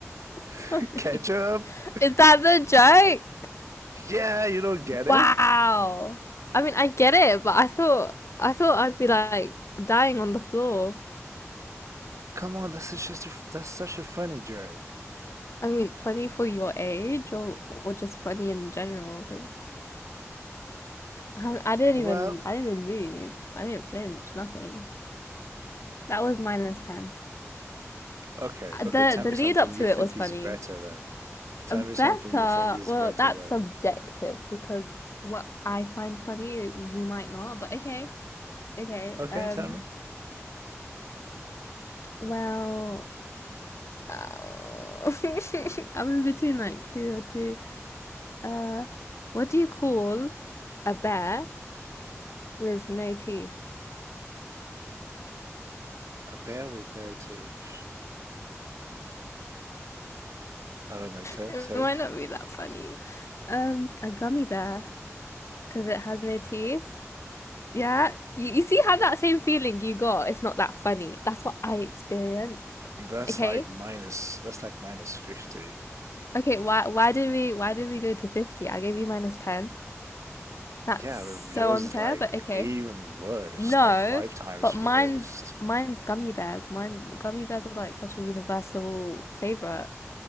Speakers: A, on the left (about 65°); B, on the right (about 75°).
A: Sorry.
B: <laughs> Ketchup!
A: Is that the joke?
B: Yeah, you don't get
A: Wow.
B: it?
A: I mean, I get it, but I thought I thought I'd be like dying on the floor.
B: Come on, that's just a, that's such a funny joke.
A: I mean, funny for your age, or or just funny in general, because I, I didn't
B: Well,
A: even I didn't even move. I didn't flinch. Nothing. That was minus ten.
B: okay, okay,
A: the
B: tell
A: the
B: me
A: lead
B: something
A: up to
B: you think
A: it was funny.
B: is better then. Tell
A: Uh, Better,
B: me something you think is
A: well,
B: better
A: that's
B: then.
A: subjective because what I find funny, you might not. But okay, okay.
B: Okay,
A: Um,
B: tell me.
A: well, uh, <laughs> I'm in between like two or two. Uh, what do you call a bear with no teeth?
B: A bear with no teeth. I don't know, t-
A: It
B: say
A: might
B: it.
A: not be that funny. Um, a gummy bear because it has no teeth. Yeah, you, you see how that same feeling you got, it's not that funny. That's what I experienced.
B: That's
A: Okay?
B: like minus, that's like minus 50.
A: Okay, why why did we why did we go to 50? I gave you minus 10. That's
B: Yeah,
A: so
B: but yours
A: unfair,
B: is like
A: but okay.
B: even worse,
A: No,
B: like five times
A: but mine's
B: worse.
A: mine's gummy bears. Mine gummy bears are like such a universal favorite,